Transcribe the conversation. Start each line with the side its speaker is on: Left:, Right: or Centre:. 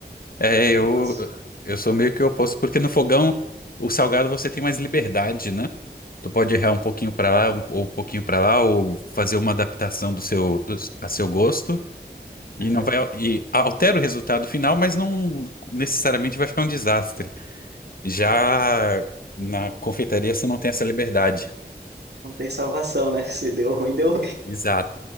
Left: É, eu,
Right: Eu Já passo.
Left: eu sou meio que o oposto, porque no fogão, o salgado você tem mais liberdade, né? Tu pode errar um pouquinho pra lá, um, ou um pouquinho pra lá, ou fazer uma adaptação do seu, do- a seu gosto, e
Right: Aham.
Left: não vai, e altera o resultado final, mas não necessariamente vai ficar um desastre. Já na confeitaria você não tem essa liberdade.
Right: Não tem salvação, né? <laughs> Se deu ruim, deu
Left: Exato,